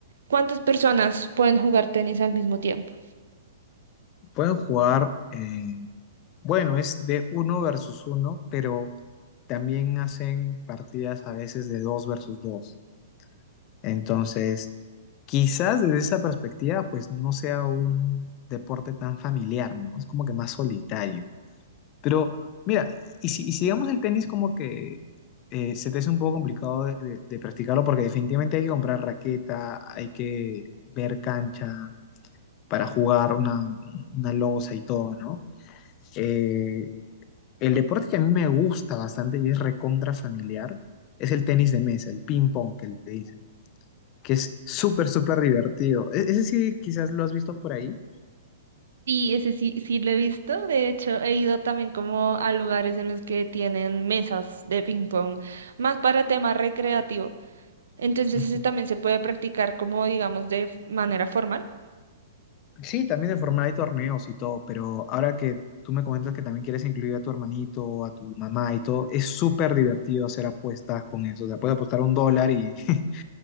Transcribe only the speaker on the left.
Pueden jugar, eh, bueno, es de uno versus uno, pero también hacen partidas a veces de dos versus dos. Entonces, quizás desde esa perspectiva, pues no sea un deporte tan familiar, ¿no? Es como que más solitario. Pero mira, y si, y si digamos el tenis como que eh, se te hace un poco complicado de, de- de practicarlo porque definitivamente hay que comprar raqueta, hay que ver cancha para jugar una, una losa y todo, ¿no? Eh, el deporte que a mí me gusta bastante y es recontra familiar es el tenis de mesa, el ping pong que le dicen, que es súper, súper divertido. E- ese sí, quizás lo has visto por ahí.
Ujú.
Sí, también de forma hay torneos y todo, pero ahora que tú me comentas que también quieres incluir a tu hermanito, a tu mamá y todo, es súper divertido hacer apuestas con eso. O sea, puedes apostar un dólar y, <laughs>